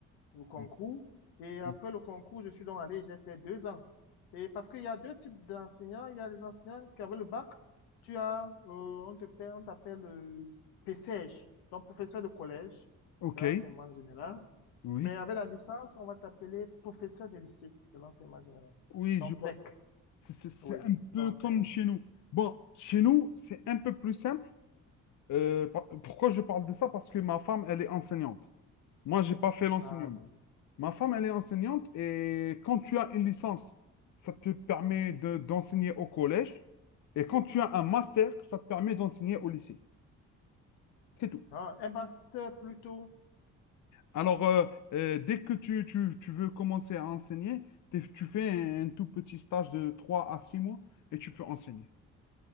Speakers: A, on the left; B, on the left.
A: au concours.
B: oui,
A: Et après
B: oui.
A: le concours, je suis donc allé, j'ai fait deux ans. Et parce qu'il y a deux types d'enseignants. Il y a les enseignants qui avaient le bac. Tu as, euh, on te paie- on t'appelle euh, PCH, donc professeur de collège
B: ok,
A: de l'enseignement général.
B: oui,
A: Mais avec la licence, on va t'appeler professeur de lycée de l'enseignement général.
B: oui,
A: Donc,
B: je pense.
A: PLEC,
B: C'est c'est- c'est
A: oui.
B: un peu
A: Donc,
B: comme
A: c'est
B: chez nous. Bon, chez nous, c'est un peu plus simple. Euh, par- pourquoi je parle de ça? Parce que ma femme, elle est enseignante. Moi, j'ai pas fait l'enseignant.
A: ah oui.
B: Ma femme, elle est enseignante et quand tu as une licence, ça te permet de- d'enseigner au collège. Et quand tu as un master, ça te permet d'enseigner au lycée. C'est tout.
A: Ah, un master plutôt.
B: Alors, euh, euh, dès que tu, tu- tu veux commencer à enseigner, t'es- tu fais un, un tout petit stage de 3 à 6 mois et tu peux enseigner.